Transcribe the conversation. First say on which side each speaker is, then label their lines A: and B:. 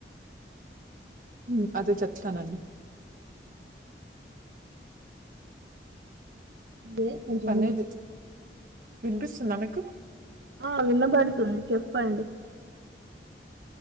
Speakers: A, on the right; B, on the right.
A: ఉ అదే చెప్తానండి
B: అదే కొంచం
A: పన్నీర్ వినిపిస్తుందా మీకు
B: ఆ వినబడుతుంది చెప్పండి